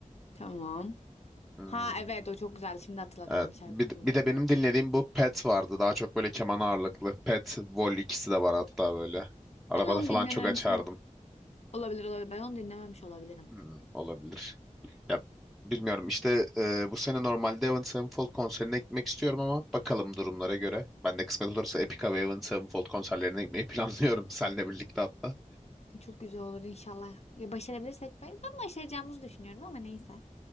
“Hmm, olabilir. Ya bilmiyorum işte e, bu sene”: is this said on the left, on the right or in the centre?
Centre